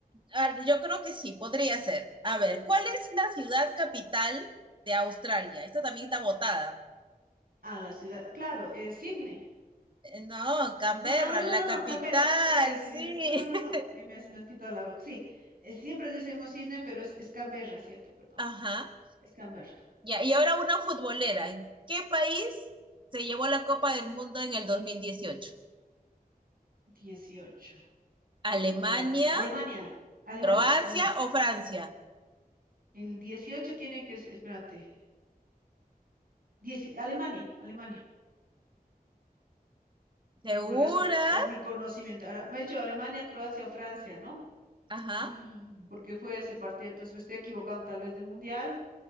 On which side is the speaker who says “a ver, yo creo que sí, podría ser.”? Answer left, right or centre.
Right